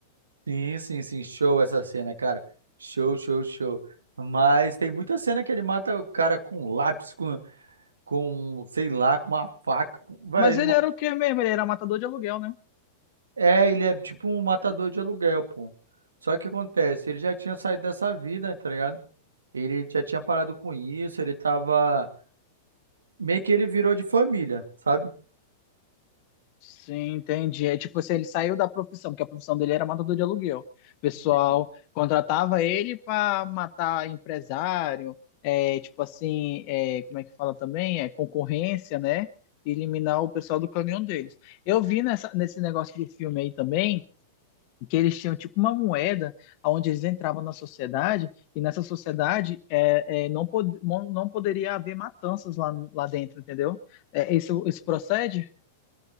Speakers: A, on the right; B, on the left.
A: Sim, sim, sim. Show essa cena, cara. Show, show, show. Mas tem muita cena que ele mata o cara com um lápis, com, com sei lá, com uma faca. com- Velho,
B: Mas
A: ele.
B: ele
A: ma-
B: era o quê mesmo? Ele era matador de aluguel, né?
A: É, ele é tipo um matador de aluguel, pô. Só que o que acontece? Ele já tinha saído dessa vida, tá ligado? Ele já tinha parado com isso, ele tava. meio que ele virou de família, sabe?
B: Sim, entendi. É tipo assim, ele saiu da profissão, porque a profissão dele era matador de aluguel. O pessoal
A: Sim,
B: contratava ele para matar empresário, é, tipo assim, é, como é que fala também? É, concorrência, né? E eliminar o pessoal do caminhão deles. Eu vi nessa, nesse negócio do filme aí também que eles tinham tipo uma moeda onde eles entravam na sociedade e nessa sociedade é, é, não, pod não não poderia haver matanças lá, lá dentro, entendeu? É, isso, isso procede?